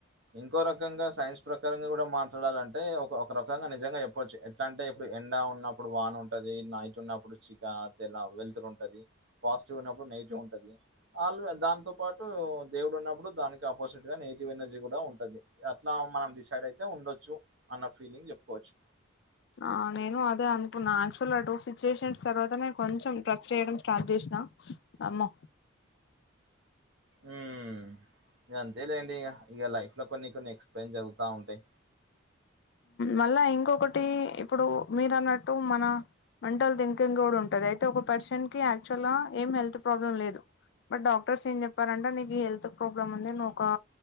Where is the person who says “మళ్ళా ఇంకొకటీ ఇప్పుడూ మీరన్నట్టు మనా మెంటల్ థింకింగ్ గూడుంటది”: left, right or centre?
Left